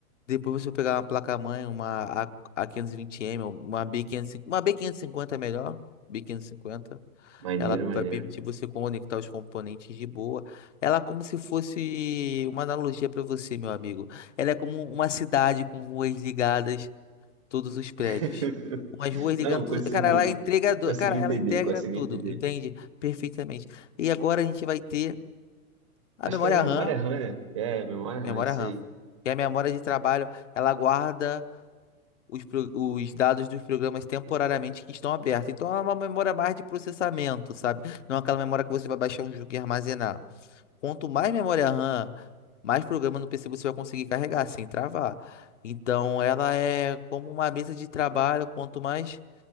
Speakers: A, on the left (about 55°); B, on the right (about 20°).
A: Depois você pegar uma placa-mãe, uma A- A520M, uma B550, uma b quinhentos e cinquenta é melhor, b quinhentos e cinquenta
B: Maneiro,
A: Ela
B: maneiro.
A: vai permitir você conectar os componentes de boa. Ela é como se fosse uma analogia para você, meu amigo. Ela é como uma cidade com ruas ligadas, todos os prédios.
B: <laughs>
A: Umas ruas ligando
B: Não,
A: tudo.
B: consegui.
A: Cara, ela é entregador.
B: Consegui
A: Cara, ela
B: entender,
A: integra
B: consegui
A: tudo,
B: entender.
A: entende? Perfeitamente. E agora a gente vai ter a
B: Acho
A: memória
B: que é memória
A: RAM,
B: RAM, né? É, memória RAM,
A: memória
B: isso
A: RAM,
B: aí.
A: que é a memória de trabalho. Ela guarda. os, pro- os dados dos programas temporariamente que estão abertos. Então é uma memória mais de processamento, sabe? Não é aquela memória que você vai baixar um jogo e armazenar. Quanto mais memória RAM, mais programa no PC você vai conseguir carregar sem travar. Então ela é como uma mesa de trabalho, quanto mais